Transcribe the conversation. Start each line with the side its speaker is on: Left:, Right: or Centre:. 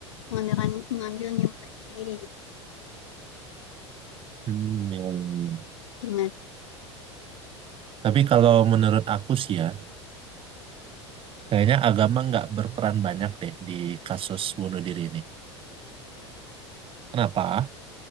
Left: mengambil mengambil nyawa mereka sendiri gitu
Right: Hmm, iya, iya, iya.
Left: gimana tuh
Right: Tapi kalau menurut aku sih ya, kayaknya agama nggak berperan banyak deh di kasus bunuh diri ini. Kenapa?